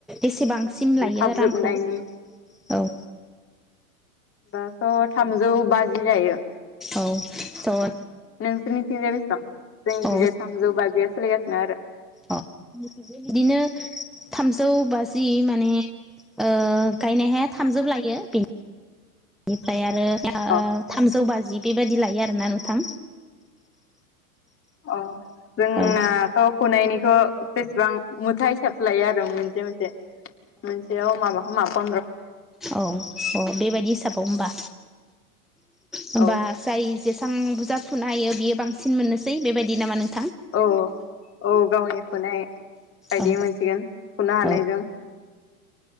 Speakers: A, in the centre; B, on the left.
A: एसेबां सिम लायो
B: थाब
A: रांखौ
B: जोबनायनि
A: औ
B: दाथ' थामजौ बाजि जायो।
A: औ थ'
B: नोंसोरनि थिं बेसेबां जोंनिथिंजाय
A: अ
B: थामजौ बाजिया सोलिगासिनो आरो
A: अ बिदिनो थामजौ बाजि माने ओ गायनायहाय थामजौ लायो बेनिफ्राय आरो ओ
B: अ
A: थामजौ बाजि बेबायाददि लायो आरोना नोंथां
B: अ जोंनाथ'
A: औ
B: फुनायनिखौ बेसेबां मुथा हिसाब लायो आरो मोनसे मोनसे मोनसेयाव माबाखौ माबा
A: औ औ बेबायदि हिसाबाव होमबा होमबा
B: औ
A: जाय जेसां बुरजा फुनो हायो बियो बांसिन मोननोसै बेबायदि नामा नों
B: औ औ गावनिखौनाय बायदि
A: औ
B: मोनसिगोन फुनो हानायजों
A: औ